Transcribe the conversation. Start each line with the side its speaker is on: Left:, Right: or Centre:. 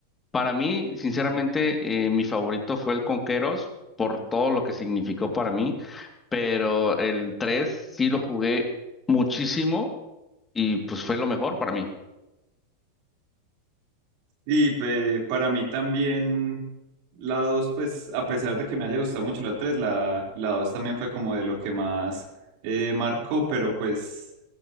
Left: para mí, sinceramente, eh, mi favorito fue el Conqueros. por todo lo que significó para mí, pero el 3 sí lo jugué muchísimo y pues fue lo mejor para mí.
Right: Y pe- para mí también la 2, pues a pesar de que me haya gustado mucho la 3, la, la 2 también fue como de lo que más eh, marcó, pero pues